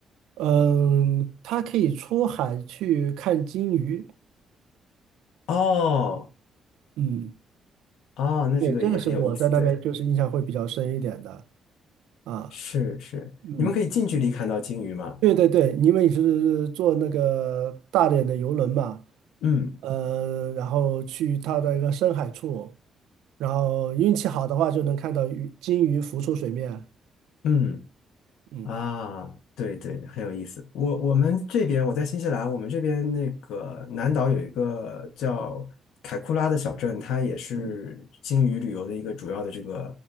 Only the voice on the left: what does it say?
哦
哦，那这个也很有意思，
对，
是是，
你们可以近距离看到鲸鱼吗？
嗯
嗯
啊，对对，很有意思。我我们这边我在新西兰，我们这边那个南岛有一个叫凯库拉的小镇，它也是鲸鱼旅游的一个主要的这个